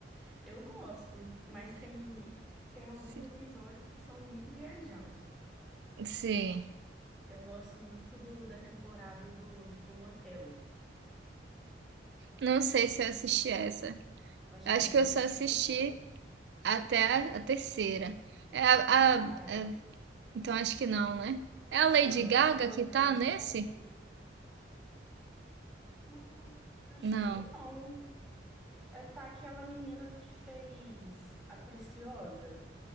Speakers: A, in the centre; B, on the right.
A: Eu gosto, mas tem, tem
B: <laughs>
A: alguns episódios que são muito viajados.
B: Sim.
A: Eu gosto muito do, da temporada do que tem um hotel.
B: Não sei se eu assisti essa.
A: Acho
B: Acho
A: que é Bates
B: que eu só assisti
A: Hotel.
B: Até a, a terceira. É a,
A: Ah,
B: a-
A: é, tem.
B: Então acho que não, né? É a
A: Não,
B: Lady Gaga
A: esse do hotel
B: que tá
A: acho
B: nesse?
A: que é a quinta. Hum, acho
B: Não.
A: que não. É, tá aquela menina que fez a Preciosa